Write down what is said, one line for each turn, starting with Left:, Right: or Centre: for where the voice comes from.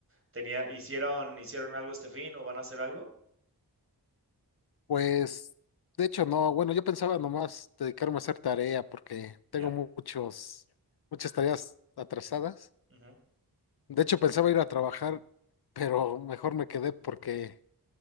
Right: Tenía, hicieron, hicieron algo este fin o van a hacer algo?
Left: Pues, de hecho, no, bueno, yo pensaba nomás dedicarme a hacer tarea porque tengo
Right: Ya.
Left: muchos, muchas tareas atrasadas.
Right: Ujú.
Left: De hecho, pensaba ir a trabajar, pero mejor me quedé porque